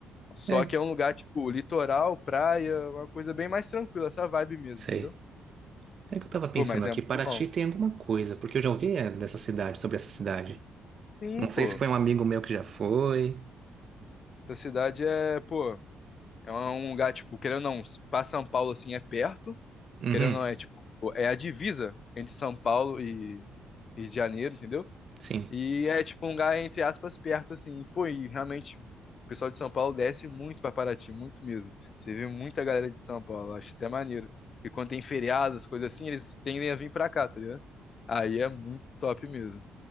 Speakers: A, on the left; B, on the right.
A: Só
B: é,
A: que é um lugar, tipo, litoral, praia, uma coisa bem mais tranquila, essa vibe mesmo,
B: sei.
A: entendeu?
B: É que eu tava pensando
A: Pô, mas
B: aqui,
A: é muito
B: Paraty
A: bom.
B: tem alguma coisa, porque eu já ouvi é, dessa cidade, sobre essa cidade.
A: Sim,
B: Não sei
A: pô.
B: se foi um amigo meu que já foi.
A: Essa cidade é, pô, é um lugar, tipo, querendo ou não, pra São Paulo, assim, é perto.
B: Uhum,
A: Querendo ou não, é, tipo, é a divisa entre São Paulo e, e Janeiro, entendeu?
B: sim.
A: E é tipo um lugar, entre aspas, perto, assim. E, pô, e realmente o pessoal de São Paulo desce muito pra Paraty, muito mesmo. Você vê muita galera de São Paulo, acho até maneiro. Porque quando tem feriados, coisas assim, eles tendem a vir pra cá, tá ligado? Aí é muito top mesmo.